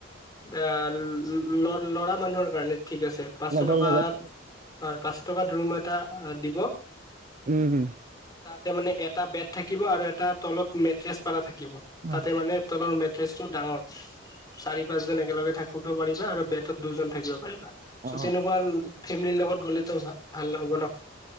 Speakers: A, on the left (about 20°); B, on the right (about 40°).
A: এ ল ল'ৰা মানুহৰ কাৰণে ঠিক আছে পাঁচশ
B: লগৰ
A: টকা
B: লগত
A: হয় পাঁচশ টকা ৰুম এটা দিব
B: উম হুম।
A: তাতে মানে এটা বেত থাকিব আৰু এটা তলত মেট্ৰেছ পাৰা থাকিব
B: হয়
A: তাতে মানে তলৰ মেট্ৰেছটো ডাঙৰ চাৰি পাঁচ জন একেলগে থাক কিব পাৰিবা আৰু বেটত দুজন থাকিবা পাৰিবা
B: অ
A: চ' তেনেকোৱা লা ফেমিলিৰ লগত গ'লেতো ভাল নহ'ব ন